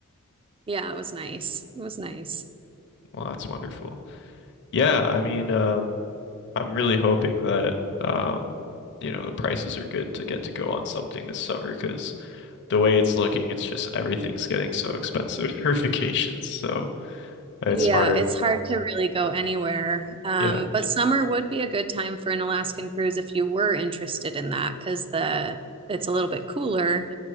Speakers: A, on the right; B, on the left.
A: Yeah. It was nice. It was nice.
B: Well, that's wonderful. Yeah, I mean, um, I'm really hoping that um, you know, the prices are good to get to go on something this summer because the way it's looking, it's just everything's getting so expensive <laughs> for vacations. So it's
A: Yeah,
B: hard.
A: it's hard to really go anywhere. Um,
B: Yeah,
A: but summer would be a good time for an Alaskan cruise if you were interested in that, because the it's a little bit cooler